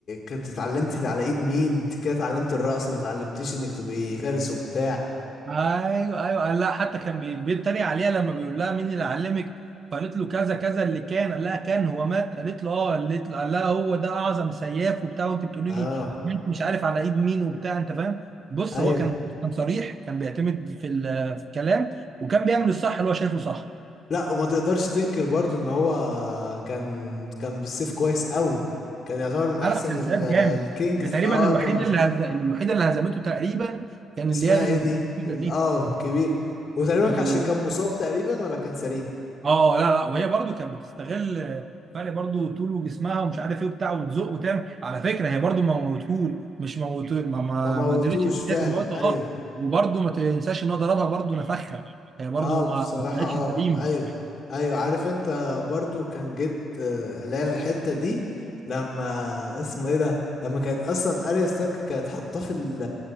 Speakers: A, on the left (about 40°); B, on the right (about 45°).
A: كنت اتعلمتي على ايد مين انت كده اتعلمت الرقص ما اتعلمتيش انك تبقي فارس وبتاع
B: ايوه ايوه قال لها حتى كان بي- بيتريق عليها لما بيقول لها مين اللي علمك فقالت له كذا كذا اللي كان قال لها كان هو مات قالت له اه قالت له قال لها هو ده اعظم سياف وبتاع وانت بتقولي
A: اه
B: لي مات مش عارف على ايد مين وبتاع انت فاهم بص
A: ايوه
B: هو كان كان صريح كان بيعتمد في ال- في الكلام وكان بيعمل الصح اللي هو شايفه صح
A: لا وما تقدرش تنكر برضو ان هو كان كان بالسيف كويس قوي كان يعتبر من احسن
B: لا لا كان
A: ال-
B: سياف
A: الكينجز
B: جامد ده تقريبا
A: اه
B: الوحيد
A: كان
B: اللي هز... الوحيده اللي هزمته تقريبا كان
A: اسمها
B: اللي هي
A: ايه
B: الكتيبه
A: دي ال- اه كبير وتقريبا
B: دي
A: عشان كان مصاب تقريبا ولا كان سريع
B: اه لا لا وهي برضو كانت بتستغل آه، فرق برضو طول وجسمها ومش عارف ايه وبتاع وتزق وتعمل على فكره هي برضو ما موتهول مش موت ما ما,
A: ما موتوش
B: ما قدرتش تتكلم
A: فعلا
B: الموت اه
A: ايوه
B: وبرضو ما تنساش ان هو ضربها برضو نفخها هي برضو
A: اه
B: ما
A: بصراحة
B: ما طلعتش
A: اه
B: سليمه
A: ايوه ايوه عارف انت برضو كان جيت آه، اللي هي الحتة دي لما اسمه ايه ده لما كانت اصلا اريا ستارك كانت حاطاه في ال